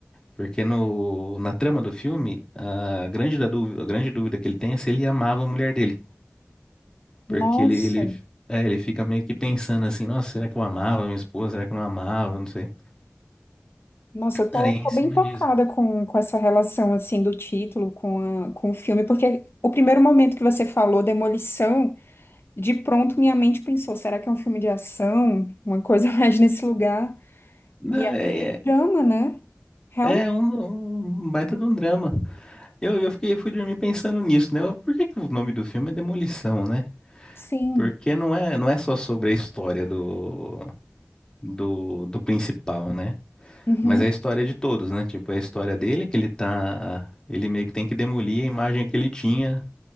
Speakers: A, on the left; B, on the left.
A: Porque no, na trama do filme, a grande, da dúvida, a grande dúvida que ele tem é se ele amava a mulher dele. Porque
B: Nossa,
A: ele, ele, é, ele fica meio que pensando assim, nossa, será que eu amava minha esposa? Será que eu não amava? Não sei.
B: nossa, eu tô,
A: Aí
B: tô
A: em cima
B: bem tocada
A: disso.
B: com, com essa relação, assim, do título com, a- com o filme, porque o primeiro momento que você falou, Demolição, De pronto, minha mente pensou: será que é um filme de ação? Uma coisa <laughs> mais nesse lugar?
A: né,
B: E é um
A: É, é
B: drama, né? Realmente.
A: é um, um baita de um drama. Eu, eu fiquei, eu fui dormir pensando nisso, né? Eu, Por que que o nome do filme é Demolição, né?
B: Sim.
A: Porque não é, não é só sobre a história do, do, do principal, né?
B: Uhum.
A: Mas é a história de todos, né? Tipo, é a história dele que ele tá. Ele meio que tem que demolir a imagem que ele tinha